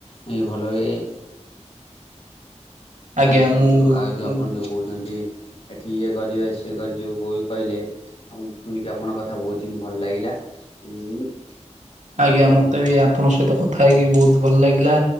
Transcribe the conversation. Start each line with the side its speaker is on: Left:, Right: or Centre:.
Left: ହିଁ ଭଲ ହୁଏ ।
Right: ଆଜ୍ଞା
Left: ଆଜି
Right: ମୁଁ
Left: ଯୋଉ ଆଉ ଯୋଉ ଆପଣ ଯୋଉ କହୁଛନ୍ତି ଏଠି ଇଏ କରିବେ ସିଏ କରି ଯୋଉ କଉ କହିଲେ ଆ ଶୁଣିକି ଆପଣଙ୍କ କଥା ବହୁତ ହିଁ ଭଲ ଲାଗିଲା। ହୁଁ।
Right: ଆଜ୍ଞା ମତେ ବି ଆପଣଙ୍କ ସହିତ କଥା ହେଇକି ବହୁତ ଭଲ ଲାଗିଲା